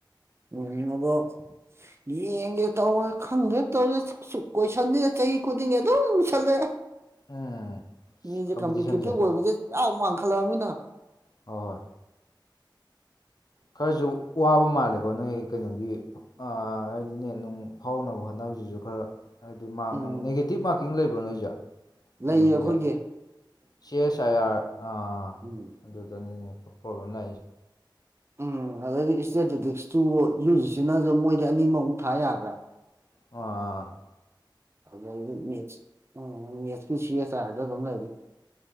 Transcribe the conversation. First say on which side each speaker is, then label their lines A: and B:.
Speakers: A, on the right; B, on the left.
A: ꯎꯝ ꯑꯗꯣ ꯌꯦꯡꯒꯦ ꯇꯧ ꯈꯪꯗꯦ ꯇꯧꯔꯦ ꯀꯣꯏꯁꯟꯅꯤ ꯅ ꯀ ꯈꯨꯨꯗꯤꯦ ꯑꯗꯨꯣꯁꯜꯦ
B: ꯎꯝ
A: ꯃꯤꯁꯦ
B: ꯀꯝꯄꯤꯇꯤꯁꯟꯁꯦ
A: ꯀꯝꯄ꯭ꯂꯤꯇꯦꯇꯤꯚ ꯑꯣꯏꯕꯁꯦ ꯆꯥꯎ ꯋꯥꯥꯡꯈꯠꯂꯛꯑꯃꯤꯅ <unintelligible>
B: ꯍꯣꯏ ꯍꯣꯏ ꯈꯔꯁꯨ ꯋꯥꯕ ꯃꯥꯜꯂꯦꯀꯣ ꯅꯣꯏ ꯀꯩꯅꯣꯒꯤ ꯍꯥꯏꯗꯤꯅꯦ ꯅꯨꯡ ꯐꯥꯎꯅꯕ ꯍꯣꯠꯅꯕ ꯍꯧꯖꯤꯛꯁꯨ ꯈꯔ ꯍꯥꯏꯗꯤ ꯃꯥꯔꯛ
A: ꯎꯝ
B: ꯅꯨꯡ ꯅꯦꯒꯦꯇꯤꯞ ꯃꯥꯔꯀꯤꯡ ꯂꯩꯕ꯭ꯔꯥ ꯅꯣꯏꯁꯦ
A: ꯂꯩꯌꯦ
B: ꯀꯩꯅꯣꯒꯤꯗꯤ
A: ꯑꯩꯈꯣꯏꯒꯤ
B: ꯁꯤ ꯑꯦꯁ ꯑꯥꯏ ꯑꯥꯔꯥ
A: ꯎꯝ
B: ꯑꯗꯨꯗꯅꯤꯅꯦ ꯄꯣꯕ꯭ꯂꯦꯝ ꯅꯥꯏ
A: ꯎꯝ ꯑꯗꯩꯗꯤ ꯏꯁꯇꯦꯇꯦꯇꯤꯛꯁꯇꯨ ꯌꯨꯖꯤꯁꯤꯅꯁꯨ ꯃꯣꯏꯗꯤ ꯑꯅꯤꯃꯃꯨꯛ ꯊꯥ ꯌꯥꯒ꯭ꯔꯥ
B: ꯑ
A: ꯑꯗꯨꯗꯤꯠ ꯎꯝꯦꯠꯁꯀꯤꯁꯤ ꯆ ꯍꯥꯏꯗ ꯑꯗꯨꯝ ꯂꯩꯗꯤ